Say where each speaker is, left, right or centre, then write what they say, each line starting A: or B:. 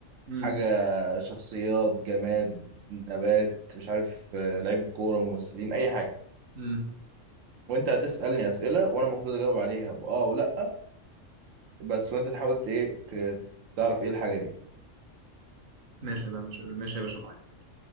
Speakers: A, on the right; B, on the right.
A: امم
B: حاجه شخصيات جماد نبات مش عارف آه، لعيبه كوره ممثلين اي حاجه
A: امم
B: وانت هتسالني اسئله وانا المفروض اجاوب عليها باه ولا بس وانت تحاول ت- ايه ت- تعرف ايه الحاجه دي
A: ماشي بقى ماشي ماشي يا باشا معاك يلا.